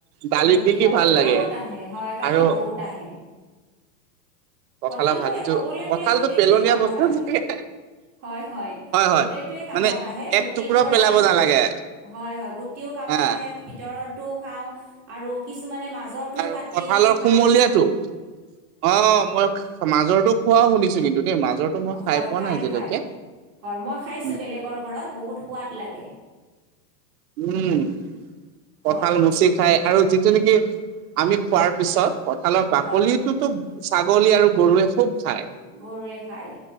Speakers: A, on the right (about 60°); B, on the right (about 30°).
A: দালিত
B: গুটি
A: দি কি
B: খালোঁ,
A: ভাল লাগে
B: কামত আহে হয়, কামত
A: আৰু
B: বহুত আহে।
A: কঁঠালৰ
B: কঁঠালটো
A: ভাজিটো
B: ক'বলৈ
A: কঁঠালটো
B: গ'লে গোটেইটোৱে
A: পেলনীয়া
B: কামত
A: বস্তু
B: আহে।
A: চাগে
B: হয়, হয়
A: হয়
B: গোটেইটোৱে কামত
A: মানে
B: আহে
A: এক
B: গুটিৰ
A: টুকুৰাও
B: পৰা।
A: পেলাব নালাগে
B: হয়, হয় গোটিও কামত
A: হা
B: আহে, ভিতৰতো খাওঁ আৰু কিছুমানে মাজৰ টো
A: আৰু
B: কাটি
A: কঁঠালৰ
B: খাই।
A: কুমলীয়াটো অ' মই মাজৰতো খোৱাও শুনিছোঁ কিন্তু। দেই মাজৰটো মই
B: হয়
A: পোৱা
B: খাই,
A: নাই আজিলৈকে
B: খাই, হয়, মই খাইছোঁ
A: উম
B: বেলেগৰ ঘৰত বহুত সোৱাদ লাগে।
A: উম,
B: হয়
A: কঁঠাল মুচি খাই আৰু যিটো নেকি আমি খোৱাৰ পিছত। কঁঠালৰ বাকলিটোতো
B: হয়
A: ছাগলী আৰু গৰুৱে খোব খায়।
B: গৰুৱে খায়